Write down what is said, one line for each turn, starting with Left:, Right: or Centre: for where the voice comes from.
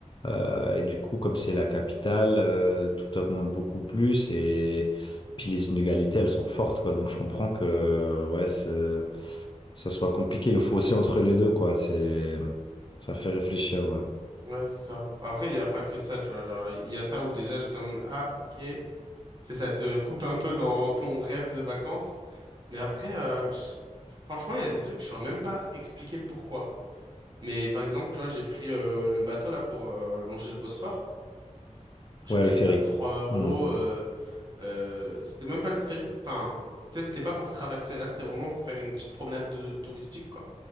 Left: Euh, et du coup, comme c'est la capitale, euh, tout augmente beaucoup plus et puis les inégalités, elles sont fortes, quoi. Donc je comprends que, ouais, c'est- ça soit compliqué, le fossé entre les deux, quoi. C'est, ça fait réfléchir, ouais.
Right: ouais, c'est ça. Bah, Après, il y a pas que ça, tu vois, genre, il y a ça où déjà j'étais en mode, ah, ok. Tu sais, ça te coupe un peu dans ton rêve de vacances. Mais après, euh, je- franchement, il y a des trucs que je saurais même pas expliquer pourquoi. Mais par exemple, tu vois, j'ai pris euh, le bateau là pour euh, longer le Bosphore. Je
Left: Ouais,
Right: payais
Left: le ferry.
Right: ça 3 euros.
Left: Hmm.
Right: euh, euh, c'était même pas le ferry. Enfin, tu sais, c'était pas pour traverser là, c'était vraiment pour faire une petite promenade de, touristique, quoi.